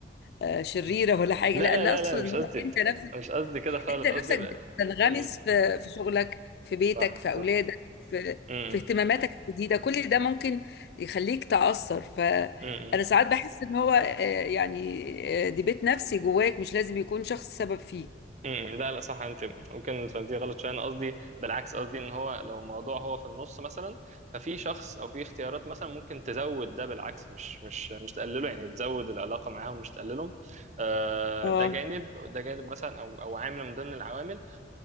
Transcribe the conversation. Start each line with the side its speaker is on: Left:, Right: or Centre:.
Left: آه، شريرة
Right: م.
Left: ولا حاجة
Right: لا
Left: لا
Right: لا
Left: اللي
Right: لا
Left: اقصد
Right: لا
Left: ان
Right: مش
Left: هو
Right: قصدي
Left: انت نفسك
Right: مش قصدي كده خالص
Left: انت نفسك
Right: قصدي بقى-
Left: بتنغمس
Right: م.
Left: في في شغلك في بيتك
Right: صح
Left: في اولادك
Right: صح
Left: في
Right: م-
Left: في اهتماماتك
Right: م-
Left: الجديدة كل ده ممكن يخليك تأثر ف
Right: م- م.
Left: انا ساعات بحس ان هو آه، يعني آه، دي بيت نفسي جواك مش لازم يكون شخص سبب فيه
Right: امم لا لا صح انت ممكن فهمتيه غلط شويه انا قصدي بالعكس قصدي ان هو لو الموضوع هو في النص مثلا ففي شخص او في اختيارات مثلا ممكن تزود ده بالعكس مش مش مش تقلله يعني تزود العلاقه معاهم مش تقللهم آه،
Left: اه
Right: ده جانب ده جانب مثلا او او عامل من ضمن العوامل